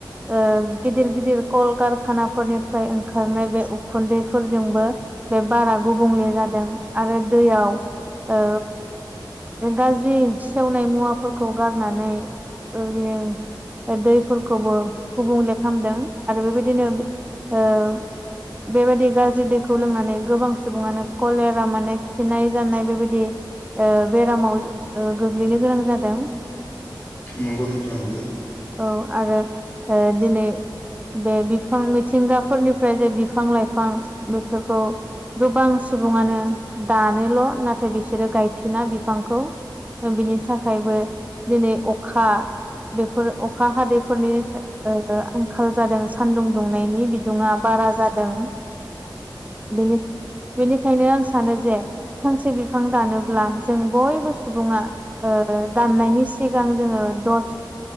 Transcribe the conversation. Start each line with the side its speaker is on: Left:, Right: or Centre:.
Right: ओ गिदिर गिदिर कल कारखानाफोरनिफ्राय ओंखारनाय बे उखुन्दैफोरजोंबो बे बारा गुबुंले जादों आरो दैयाव ओ गाज्रि सेवनाय मुवाफोरखौ गारनानै ओरैनो दैफोरखौबो गुबुंले खालामदों आरो बेबायदिनो ओ बेबायदि गाज्रि दैखौ लोंनानै गोबां सुबुङानो कलेरा माने खिनाय जानाय बेबायदि ओ बेरामाव ओ गोग्लैनो गोनां जादों।
Left: नंगौ नोंथां नंगौ
Right: औ आरो ओ दिनै बे बिफां मिथिंगाफोरनिफ्राय जे बिफां लाइफां बेफोरखौ गोबां सुबुङानो दानोल' नाथाय बिसोरो गायफिना बिफांखौ बिनि थाखायबो दिनै अखा बेफोर अखा हादैफोरनि ओ आंखाल जादों सानदुं दुंनायनि बिदुङा बारा जादों। बेनि बेनिखायनो आं सानो जे फांसे बिफां दानोब्ला जों बयबो सुबुङा ओ दाननायनि सिगां जोङो दस